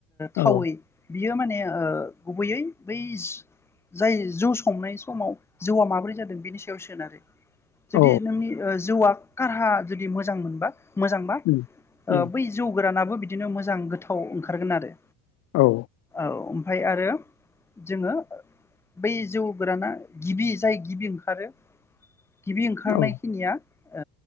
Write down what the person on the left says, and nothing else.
औ
औ
उम उम
औ
औ